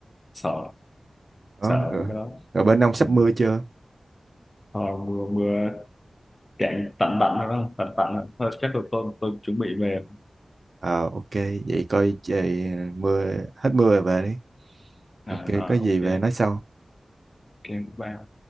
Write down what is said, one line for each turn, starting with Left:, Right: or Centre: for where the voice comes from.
Left: sợ
Right: đó,
Left: sợ
Right: rồi.
Left: mấy cái đó
Right: Rồi bên ông sắp
Left: ừ.
Right: mưa chưa
Left: thôi mưa mưa cạn tạnh tạnh rồi đó tạnh tạnh rồi. thôi chắc là tôi tôi chuẩn bị về
Right: Ờ ok vậy coi trời mưa hết mưa rồi về đi
Left: à,
Right: ok
Left: rồi
Right: có gì
Left: ok
Right: về nói sau
Left: ok bye